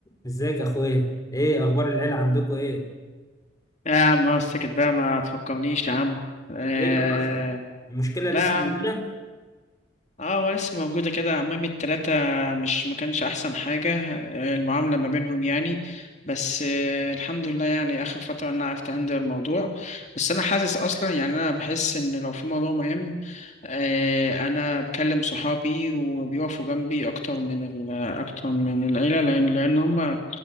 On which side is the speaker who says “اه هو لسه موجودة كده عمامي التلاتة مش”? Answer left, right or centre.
Left